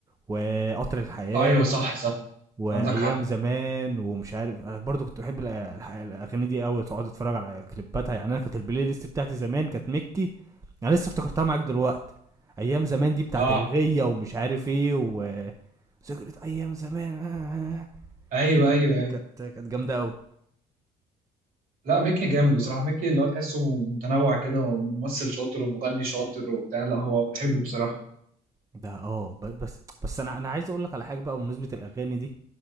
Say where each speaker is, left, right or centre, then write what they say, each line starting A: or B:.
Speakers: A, on the right; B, on the right.
A: وقطر الحياة
B: ايوه صح صح
A: وايام
B: عندك حق
A: زمان ومش عارف انا برضو كنت بحب الأ- الح- الاغاني دي قوي تقعد اتفرج على كليباتها يعني انا كانت البلاي ليست بتاعتي زمان كانت مكي انا لسه افتكرتها معاك دلوقتي ايام زمان دي بتاعت
B: اه
A: الغية ومش عارف ايه و ذكرى ايام زمان آه، آه.
B: ايوه
A: دي
B: ايوه
A: دي
B: ايوه
A: كانت كانت جامدة قوي
B: لا ميكي جامد بصراحه ميكي اللي هو تحسه متنوع كده هو ممثل شاطر ومغني شاطر وبتاع لا هو بحبه بصراحه
A: ده اه ب- بس بس انا انا عايز اقول لك على حاجة بقى بمناسبة الاغاني دي